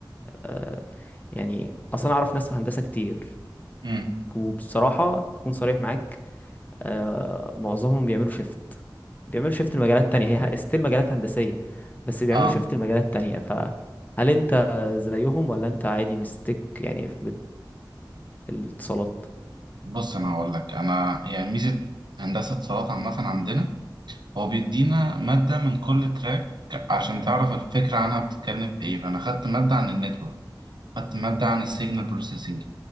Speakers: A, on the left (about 20°); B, on the right (about 65°).
A: آه، يعني اصلا اعرف ناس في هندسة كتير
B: امم
A: وبصراحة اكون صريح معاك آه، معظمهم بيعملوا شيفت بيعملوا شيفت لمجالات تانية هي ستيل مجالات هندسية بس بيعملوا
B: اه
A: شيفت لمجالات تانية فهل انت زيهم ولا انت عادي مستك يعني بالاتصالات
B: بص انا هقول لك انا يعني ميزه هندسه اتصالات عامه عندنا هو بيدينا ماده من كل تراك عشان تعرف الفكره عنها بتتكلم في ايه فانا خدت ماده عن النتورك خدت ماده عن السيجنال بروسيسنج